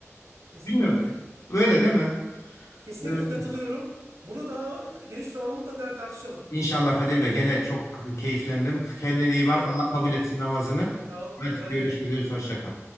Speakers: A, on the right; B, on the left.
A: kesinlikle.
B: Bilmiyorum. Öyle değil mi?
A: Kesinlikle
B: Evet.
A: katılıyorum. Bunu daha geniş bir zamanda mutlaka tartışalım.
B: İnşallah Kadir Bey gene çok keyiflendim. Kendine iyi
A: Aynen,
B: bak. Allah
A: aynen.
B: kabul etsin namazını.
A: Sağ olun,
B: Hadi
A: kolay
B: görüşürüz.
A: gelsin.
B: Hoşça kal.